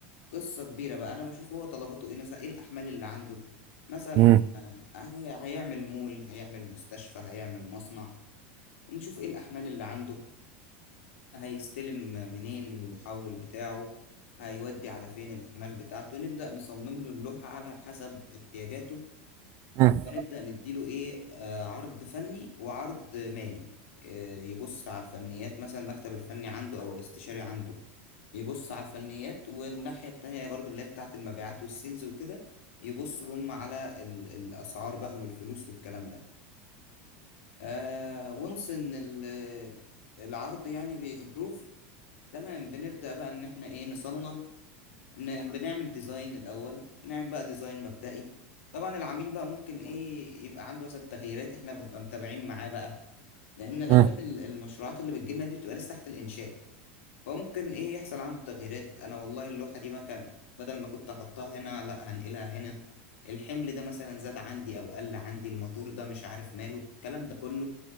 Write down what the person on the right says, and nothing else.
مم.
مم.
مم.